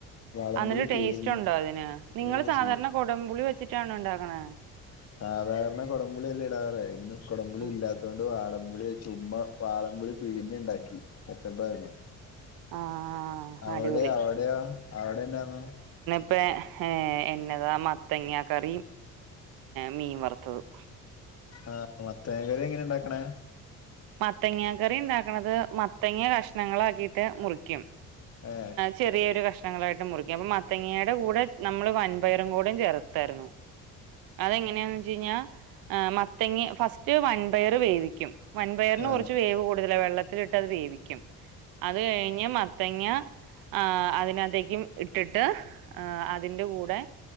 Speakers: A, on the left; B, on the right.
A: വാളംപുളി
B: അന്നിട്ട് ടേസ്റ്റോണ്ടോ
A: പിഴിഞ്ഞ്
B: അതിന് നിങ്ങള്
A: ഓ
B: സാധാരണ
A: സൂ
B: കൊടമ്പുളി വെച്ചിട്ടാണോ ഒണ്ടാക്കണേ
A: സാധാരണ കൊടമ്പുളിയല്ലെ ഇടാറ് ഇന്ന് കൊടമ്പുളി
B: ഉം.
A: ഇല്ലാത്ത കൊണ്ട് വാളമ്പുളി ചുമ്മാ വാളംമ്പുളി പിഴിഞ്ഞ ഉണ്ടാക്കി <unintelligible>
B: ആ
A: അവിടെ
B: അടിപൊളി
A: അവടെയാ അവിടെയെന്നാന്നു
B: പ്പെ ഏ എന്നതാ മത്തങ്ങ കറിം മീൻ വറുത്തതും
A: ആ മത്തേങ്ങ കറി എങ്ങനെണ്ടാക്കണേ
B: മത്തങ്ങ കറി ണ്ടാക്കണത് മത്തങ്ങ കഷ്ണങ്ങളാക്കിട്ട് മുറി ക്കും
A: ഏ
B: ചെറിയൊരു കഷ് ണങ്ങളായിട്ട് മുറിക്കും അപ്പൊ മത്തങ്ങയുടെ കൂടെ നമ്മള് വൻപയറും കൂടെയും ചേർത്താരുന്നു അതെങ്ങനെയാന്ന് വെച്ച് കഴിഞ്ഞാൽ മത്തങ്ങ ഫസ്റ്റ് വൻപയർ വേവിക്കും വൻപയറിന്
A: ആ ആ
B: കൊറച്ച് വേവ് കൂടുതല വെള്ളത്തിലിട്ട് അത് വേവിക്കും അത് കഴിഞ്ഞ് മ തങ്ങ ആ അതിനകത്തേക്കും ഇട്ടിട്ട് ആ അതിന്റെ കൂടെ